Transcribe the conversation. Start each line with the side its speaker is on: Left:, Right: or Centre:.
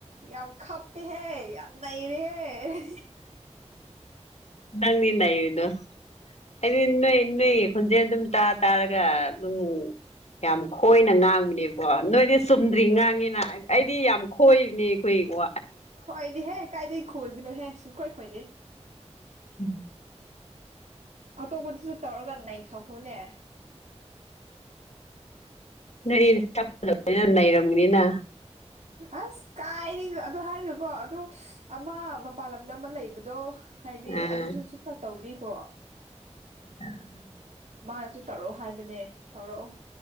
Right: ꯌꯥꯝ ꯈꯞꯄꯦꯍꯦ ꯌꯥꯝ ꯅꯩꯔꯦꯍꯦ꯫
Left: ꯅꯪꯅꯤ ꯅꯩꯔꯤꯗꯣ ꯑꯩꯗꯤ ꯅꯣꯏ ꯅꯣꯏ ꯈꯣꯟꯖꯦꯟ ꯑꯗꯨꯝ ꯇꯥ ꯇꯥꯔꯒ ꯑꯗꯨꯝ ꯌꯥꯝ ꯈꯣꯏꯅ ꯉꯥꯡꯕꯅꯦꯕꯣ ꯅꯣꯏꯗꯤ ꯆꯨꯝꯗ꯭ꯔꯤ ꯉꯥꯡꯉꯤꯅ ꯑꯩꯗꯤ ꯌꯥꯝ ꯈꯣꯏꯕꯅꯦ ꯑꯩꯈꯣꯏꯀꯣ
Right: ꯈꯣꯏꯗꯦꯍꯦ ꯀꯥꯏꯗꯩ ꯈꯣꯏꯕꯅꯣꯍꯦ ꯁꯨꯡ ꯈꯣꯏ ꯈꯣꯏꯗꯦ꯫
Left: <unintelligible>
Right: ꯑꯇꯣꯞꯄꯗꯨꯁꯨ ꯇꯧꯔꯒ ꯅꯩꯊꯈꯣꯅꯦ꯫
Left: ꯅꯣꯏ <unintelligible> ꯅꯩꯔꯝꯒꯅꯤꯅ꯫
Right: ꯑꯁ ꯀꯥꯏꯔꯤ ꯑꯗꯨ ꯍꯥꯏꯔꯒꯀꯣ ꯑꯗꯨ ꯑꯃ ꯃꯄꯥꯟ ꯂꯝꯗ ꯑꯃ ꯂꯩꯕꯗꯣ꯫ ꯍꯥꯏꯗꯤ
Left: ꯑꯥ
Right: ꯑꯗꯨꯁꯨ ꯁꯨ ꯈꯔ ꯇꯧꯕꯤꯈꯣ꯫
Left: ꯎꯝ <unintelligible>
Right: ꯃꯥꯅꯁꯨ ꯇꯧꯔꯛꯑꯣ ꯍꯥꯏꯕꯅꯦ ꯇꯧꯔꯛꯑꯣ